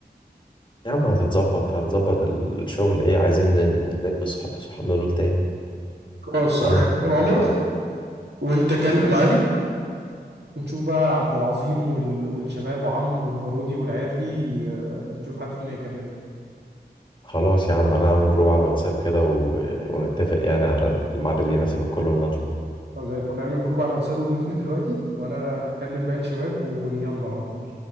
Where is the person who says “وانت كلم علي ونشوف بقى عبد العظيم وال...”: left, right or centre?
Right